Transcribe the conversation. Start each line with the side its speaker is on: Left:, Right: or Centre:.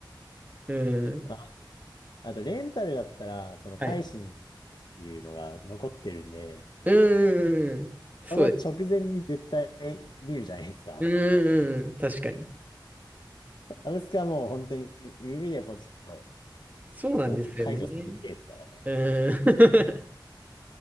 Right: うん。
Left: う。まあ、あと、レンタルだったら、その返しにっ
Right: はい。
Left: ていうのが残ってるんで、
Right: うん、うん、うん。そうです。
Left: その直前に絶対見るじゃないですか。
Right: うん、うん、うん。確かに。
Left: <laughs> アブスカはもう本当に指でポチッと
Right: そうなんですよね。
Left: お、解除する系ですからね。
Right: うん。<laughs>